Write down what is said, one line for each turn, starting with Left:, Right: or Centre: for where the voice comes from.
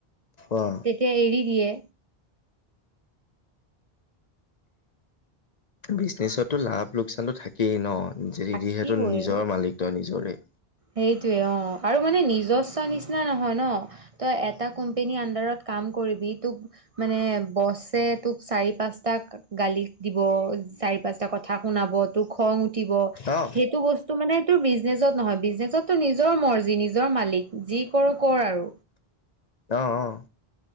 Left: অ'।
Right: তেতিয়া এৰি দিয়ে।
Left: বিজনেচতটো লাভ লোকচানটো থাকে। সেই ন
Right: থাকিবই
Left: যিহেতু নিজৰ মালিকট নিজৰে।
Right: সেইটোৱে অঁ আৰু মানে নিজস্ব নিচিনা নহয় ন তই এটা কোম্পেনীৰ আডাৰত কাম কৰিবি তোক মানে বছে তোক চাৰি পাঁচটা গালি দিব চাৰি পাঁচটা কথা শুনাব। খং উঠিব
Left: অ
Right: সেইটো বস্তু মানেটো বিজনেচত নহয়। নিজত তো নিজৰ মৰ্জি নিজৰ মালিক যি কৰো কৰ আৰু।
Left: অহ অ'।